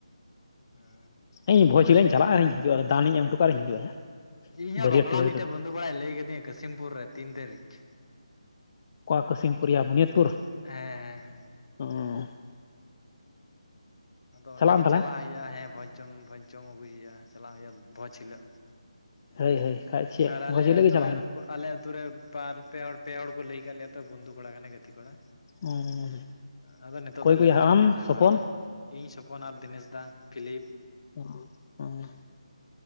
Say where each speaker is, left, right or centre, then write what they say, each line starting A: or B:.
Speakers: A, on the left; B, on the left.
A: ᱟᱪᱪᱷᱟ
B: ᱤᱧ ᱵᱷᱳᱡᱽ
A: ᱛᱟᱦᱞᱮ
B: ᱦᱤᱞᱳᱜ ᱤᱧ ᱪᱟᱞᱟᱜ ᱟᱹᱧ ᱫᱟᱱ ᱤᱧ ᱮᱢ ᱦᱚᱴᱚᱠᱟᱜᱼᱟ ᱟᱨ ᱤᱧ ᱦᱤᱡᱩᱜᱼᱟ
A: ᱤᱧ ᱦᱚᱸ
B: ᱵᱟᱹᱨᱭᱟᱹᱛ
A: ᱵᱟᱯᱞᱟ
B: ᱴᱟᱹᱭᱟᱹᱨ
A: ᱢᱤᱫᱴᱮᱱ
B: ᱫᱚ
A: ᱵᱚᱱᱫᱷᱩ ᱠᱚᱲᱟᱭ ᱞᱟᱹᱭ ᱟᱠᱟᱫᱤᱟ ᱠᱟᱥᱤᱢᱯᱩᱨ ᱨᱮ ᱛᱤᱱ ᱛᱟᱹᱨᱤᱠᱷ
B: ᱚᱠᱟ ᱠᱟᱥᱤᱢᱯᱩᱨᱭᱟ ᱵᱩᱱᱤᱭᱟᱹᱛᱯᱩᱨ
A: ᱦᱮᱸ ᱦᱮᱸ
B: <unintelligible>
A: ᱟᱫᱚ ᱚᱸᱰᱮᱜᱤ
B: ᱟᱢ ᱛᱟᱦᱚᱞᱮ
A: ᱪᱟᱞᱟᱜ ᱦᱩᱭᱩᱜᱼᱟ ᱦᱮᱸ ᱵᱷᱚᱡᱽ ᱡᱚᱢ ᱵᱷᱚᱡᱽ ᱡᱚᱢ ᱟᱹᱜᱩᱭ ᱦᱩᱭᱩᱜᱼᱟ ᱪᱟᱞᱟᱜ ᱦᱩᱭᱩᱜᱼᱟ ᱵᱷᱚᱡ ᱦᱤᱞᱚᱻᱜ᱾
B: ᱦᱳᱭ ᱦᱳᱭ ᱠᱷᱟᱡ ᱪᱮᱫ
A: ᱟᱨ
B: ᱵᱷᱚᱡᱽ
A: ᱟᱞᱮ
B: ᱦᱤᱞᱳᱜ
A: ᱟᱹᱛᱩᱨᱮ
B: ᱜᱮ ᱪᱟᱞᱟᱜ ᱦᱩᱭᱩᱜᱼᱟ
A: ᱟᱨ ᱩᱱᱠᱩᱣᱟᱜ ᱟᱞᱮ ᱟᱹᱛᱩ ᱨᱮ ᱵᱟᱨ ᱯᱮ ᱦᱚᱲ ᱯᱮ ᱦᱚᱲ ᱠᱚ ᱞᱟᱹᱭᱟᱠᱟᱜ ᱞᱮᱭᱟ ᱛᱚ ᱵᱚᱱᱫᱷᱩ ᱠᱚᱲᱟ ᱠᱟᱱᱟᱭ ᱜᱟᱛᱤ ᱠᱚᱲᱟ᱾
B: ᱚ
A: ᱟᱫᱚ ᱱᱤᱛᱳᱜ
B: ᱚᱠᱚᱭ
A: ᱫᱚᱭ
B: ᱠᱚᱭᱟ
A: ᱞᱮᱯᱷᱟᱨᱤᱜ
B: ᱟᱢ
A: ᱠᱟᱱᱟ
B: ᱥᱚᱯᱚᱱ
A: ᱵᱟᱞᱮ᱾ ᱤᱧ ᱥᱚᱯᱚᱱ ᱟᱨ ᱫᱤᱱᱮᱥ ᱫᱟ ᱯᱷᱤᱞᱤᱯ
B: <unintelligible>